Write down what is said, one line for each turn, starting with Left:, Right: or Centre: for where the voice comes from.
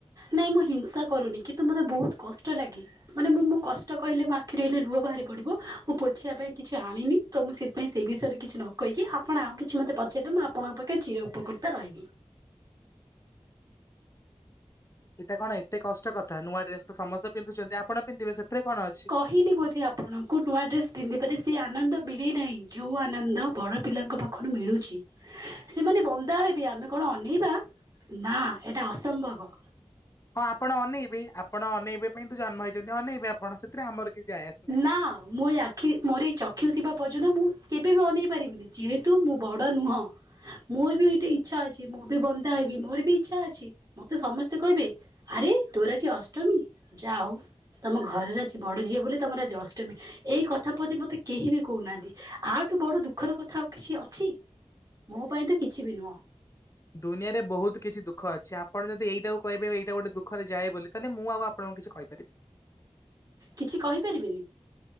Right: ନହିଁ ମୁଁ ହିଂସା କରୁନି କିନ୍ତୁ ମୋତେ ବହୁତ କଷ୍ଟ ଲାଗେ। ମାନେ ମୁଁ ମଁ କଷ୍ଟ କହିଲେ ମୋ ଆଖିରୁ ଲୁହ ବାହାରି ପଡିବ, ମୁଁ ପୋଛିବା ପାଇଁ କିଛି ଆଣିନି। ତ ମୁଁ ସେଥିପାଇଁ ସେ ବିଷୟରେ କିଛି ନ କହିକି ଆପଣ ଆଉ କିଛି ମୋତେ ପାରିଲେ ମୁଁ ଆପଣଙ୍କଖେ ଚିର ଉପକୃିତା ରହିବି।
Left: ଏଇଟା କଣ ଏତେ କଷ୍ଟ କଥା ନୂଆ ଡ୍ରେସ୍ ତ ସମସ୍ତେ ପିନ୍ଧୁଛନ୍ତି ଆପଣ ପିନ୍ଧିବେ ସେଥିରେ କଣ ଅଛି?
Right: ଫିିଲି ବୋଧେ ଅପ୍ ଆପଣଙ୍କୁ ନୂଆ ଡ୍ରେସ୍ ପିନ୍ଧିବାରେ ସେ ଆନନ୍ଦ ମିଳିନାହିଁ ଯେଉଁ ଆନନ୍ଦ ବଡ଼ ପିଲାଙ୍କ ପାଖରୁ ମିଳୁଛି। ସେମାନେ ବନ୍ଦା ହେବେି ଆମେ କଣ ଅନେଇବା ନା ଏଇଟା ଅସମ୍ଭବ।
Left: ହଁ ଆପଣ ଅନେଇବେ ଆପଣ ଅନେଇବେ ପାଇଁ ତ ଜନ୍ମ ହେଇଛନ୍ତି ଅନେଇବେ ଆପଣ ସେଥିରେ ଆମର କିଛି ଆୟସ ନାହିଁ।
Right: ହଁ ମୁଁୟା ମୋରଏଇ ଚକ୍ଷୁ ଥିବା ପର୍ଯ୍ୟନ୍ତ ମୁଁ କେବେ ବି ଅନେଇ ପାରିବିନି ଯେହେତୁ ମୁଁ ବଡ ନୁହଁ। ମୋର ବି ଗଟେ ଇଚ୍ଛା ଅଛି ମୁଁ ବି ବନ୍ଧା ହେବି ମୋର ବି ଇଚ୍ଛା ଅଛି। ମତେ ସମସ୍ତେ କହିବେ ଆରେ ତୋର ଆଜୀ ଅଷ୍ଟମୀ ଯା ହଉ। ତମ ଘରର ଆଜି ବଡ ଝିଅ ବୋଲି ତମର ଆଜି ଅଷ୍ଟମୀ। ଏଇ କଥା ପ୍ରତି ମତେ କେହି ବି କହୁନାହାନ୍ତି। ଆଉଠୁ ବଡ ଦୁଃଖର କଥା ଆଉ କିଛି ଅଛି? ମୋ ପାଇଁ ତ କିଛି ବି ନୁହଁ।
Left: ଦୁନିଆରେ ବହୁତ କିଛି ଦୁଃଖ ଅଛି, ଅପଣ ଯଦି ଏଇଟା କହିବେ ଏଇଟା ଗୋଟେ ଦୁଖରୋଏ ବୋଲି ତାହେଲେ ମୁଁ ଆପଣଙ୍କୁ କିଛି କହି
Right: କିଛି କହିପାରିବେନି?